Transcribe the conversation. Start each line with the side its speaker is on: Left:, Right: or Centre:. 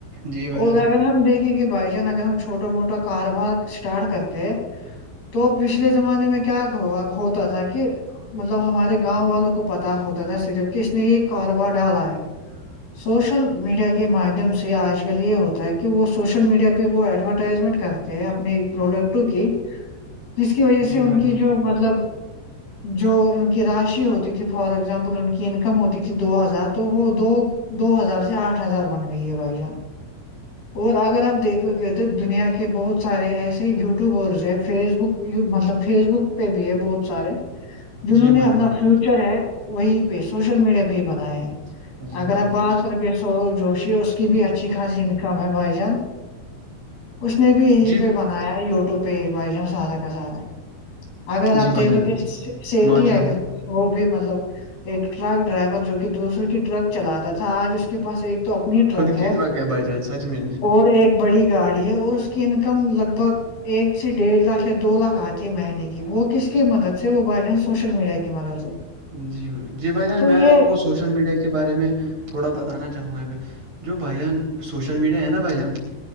Right: جی بھائی
Left: اور
Right: جان
Left: اگر ہم دیکھ بھائی جان اگر ہم چھوٹا موٹا کاروبار اسٹارٹ کرتے ہیں تو پچھلے زمانے میں کیا ہوتا تھا کہ مطلب ہمارے گاؤں والوں کو پتا ہوتا تھا صرف کہ اس نے یہ کاروبار ڈالا ہے سوشل میڈیا کے مادھیم سے آج کل یہ ہوتا ہے کہ وہ سوشل میڈیا پہ وہ ایڈورٹائزمنٹ کر کرتے ہیں اپنی پروڈکٹوں کی
Right: <inaudible>
Left: جس کی وجہ
Right: جی
Left: سے ان
Right: بھائی
Left: کی
Right: جان
Left: جو مطلب جو ان کی راشی ہوتی تھی فار اگزامپل ان کی انکم ہوتی تھی دو ہزار تو وہ دو دو ہزار سے آٹھ ہزار بن گئی ہے بھائی جان اور اگر آپ دیکھو گے تو دنیا کے بہت سارے ایسے یو ٹیوبرز ہے فیس بک مطلب فیس بک پہ بھی ہے بہت سارے جنہوں
Right: جی
Left: نے
Right: بھائی
Left: اپنا
Right: جان
Left: فیوچر ہے وہی پہ سوشل میڈیا پہ ہی بنایا ہے
Right: جی
Left: اگر
Right: بھائی
Left: آپ
Right: جان
Left: بات کرو گے سورو جوشی اس کی بھی اچھی خاصی انکم ہے بھائی جان اس نے بھی یہی
Right: جی
Left: پہ بنا بنایا ہے یوٹیوب پہ ہی بھائی چان سارا کا سارا اگر
Right: جی
Left: آپ
Right: بھائی
Left: دیکھو
Right: جان
Left: گے سیٹھی
Right: ماشاء
Left: ایکس
Right: اللہ
Left: وہ بھی مطلب ایک ٹرک ڈرائیور جو کہ دوسرے کی ٹرک چلاتا تھا آج اس کے پاس ایک تو اپنی ٹرک
Right: خود کی
Left: ہے
Right: بھائی جان سچ میں
Left: اور ایک بڑی گاڑی ہے اور اس کی انکم لگ بھگ ایک سے ڈیڑھ لاکھ یا دو لاکھ آتی ہے مہینے کی وہ کس کی مدد سے وہ بائی جانس سوشل میڈیا کی مدد سے
Right: جی جی بھائی جان
Left: تو
Right: میں
Left: یہ
Right: آپ کو سوشل میڈیا کے کے بارے میں تھوڑا بتانا چاہوں گا جو بھائی جان سوشل میڈیا ہے نا بھائی جان